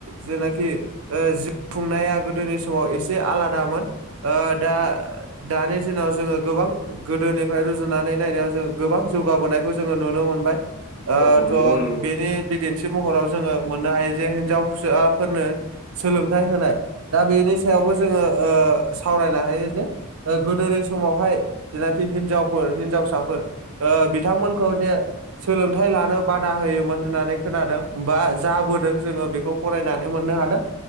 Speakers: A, on the right; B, on the left.
A: जेनाखि ओ जि खुंनाया गोदोनि समाव एसे आलादामोन ओ दा दानि दिनाव जोङो गोबां गोदोनिफ्राय रुजुनानै नायनायाव जों गोबां जौगाबोनायखौ जोङो नुनो मोनबाय।
B: औ
A: ओ थ'
B: नंगौ नंगौ
A: बेनि बिदिन्थि महराव जोङो मोननो हायो जे हिनजावसाफोरनो सोलों थाय होनाय दा बेनि सायावबो जोङो ओ सावरायनो हायो जे गोदोनि समावहाय जेनाखि हिनजावफोर हिनजावसाफोर ओ बिथांमोनखौ जे सोलोंथाइ लानो बादा होयोमोन होननानै खोनादों बा जाबोदों जोङो बेखौ फरायनानै मोननो हादों